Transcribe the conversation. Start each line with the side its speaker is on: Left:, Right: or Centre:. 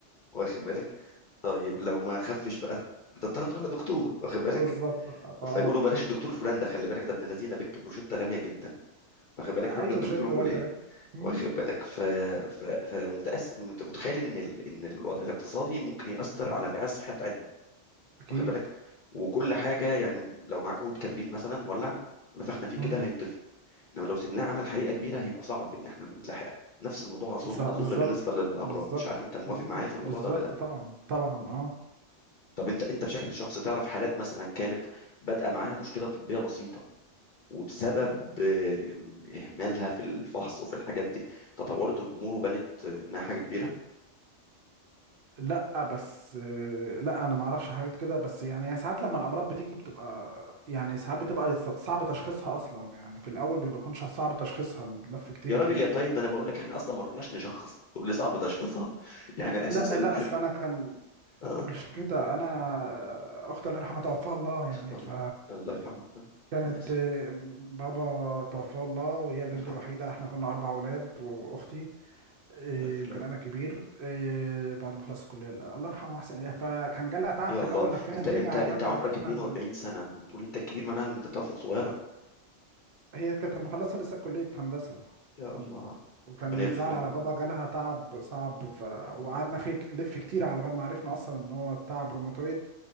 Left: واخد بالك طيب لو ما خفش بقى هتضطر تروح لدكتور واخد بالك
Right: بالظبط فا
Left: فيقولوا بلاش الدكتور فلان ده خلي بالك ده ابن الذين بيكتب روشته غاليه جدا واخد بالك روح
Right: ايوه
Left: للدكتور
Right: رشيت دلوقتي
Left: فلان
Right: يا غالي مم.
Left: واخد بالك ف... ف... فمتأس... مت- متخيل ان ال... ان الوضع الاقتصادي ممكن يأثر على الرعاية الصحية بتاعتنا
Right: اكيد
Left: واخد بالك وكل حاجة يعني لو معاك عود كبريت مثلا ولع ونفخنا فيه
Right: مم.
Left: كده هيطفي انما لو سيبناه عمل حريقة كبيرة هيبقى صعب ان احنا نلحقها نفس الموضوع اظن
Right: صح
Left: اظن
Right: بالظبط
Left: بالنسبة للأمراض
Right: بالظبط
Left: مش عارف انت موافق
Right: مم.
Left: معايا في الموضوع
Right: بالظبط
Left: ده ولا لا
Right: طبعا طبعا اه
Left: طب انت انت بشكل شخصي تعرف حالات مثلا كانت بادئة معاها مشكلة طبية بسيطة وبسبب آه، إهمالها في الفحص وفي الحاجات دي تطورت الأمور وبانت آه، إنها حاجة كبيرة
Right: لا بس آه، لا انا ما اعرفش حاجات كده بس يعني هي ساعات لما الامراض بتيجي بتبقى يعني ساعات بتبقى ص- صعب تشخيصها اصلا يعني في الاول بيبقى يكونش صعب تشخيصها اللف كتير
Left: يا
Right: يعني
Left: راجل يا طيب ده انا بقول لك احنا اصلا ما رحناش نشخص تقول لي صعب تشخيصها <laughs> يعني اساسا
Right: لا لا اصل انا كان
Left: آه.
Right: مش كده انا آه، اختي الله يرحمها توفاها الله يعني
Left: شوف الله
Right: ف
Left: الله يرحمه أنا
Right: كانت
Left: اسف
Right: آه، بابا توفاه الله وهي البنت
Left: الله يرحمه
Right: الوحيده احنا كنا اربع اولاد واختي آه،
Left: الله يغفر
Right: يمكن
Left: له ويرحمه
Right: انا كبير آه، بعد ما خلصت الكليه الله يرحمه واحسن اليه فكان جالها تعب
Left: يا
Right: في
Left: الله
Right: الاول لفينا
Left: انت
Right: الدنيا
Left: انت
Right: على
Left: انت
Right: بال ما
Left: عمرك
Right: عرفنا
Left: 42 سنه وتقول انت الكبير معناها ان انت توفت صغيره
Right: هي كانت مخلصة لسه كلية هندسة
Left: يا
Right: مم.
Left: الله
Right: وكان
Left: ربنا
Right: من
Left: يغفر
Right: الزعل
Left: لها
Right: على
Left: ويرحمها
Right: بابا جالها تعب صعب ف...
Left: يا الله
Right: وقعدنا فيه ك- نلف كتير على بال ما عرفنا أصلا إن هو تعب روماتويد